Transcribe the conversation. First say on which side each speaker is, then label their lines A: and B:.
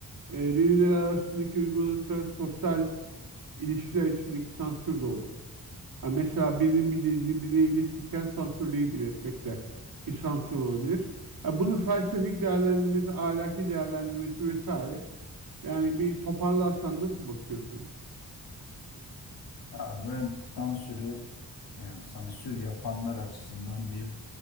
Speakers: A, on the right; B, on the left.
A: e, birbirleri arasındaki uyguladıkları sosyal ilişkiler içindeki sansür de olur. Ha, mesela birinin bir dediğini birine iletirken sansürleyip iletmek de bir sansür olabilir. Ha, bunun felsefik değerlendirmesi, ahlaki değerlendirmesi vesaire. Yani bir toparlarsan nasıl bakıyorsun?
B: Abi ben sansürü, yani sansür yapanlar açısından bir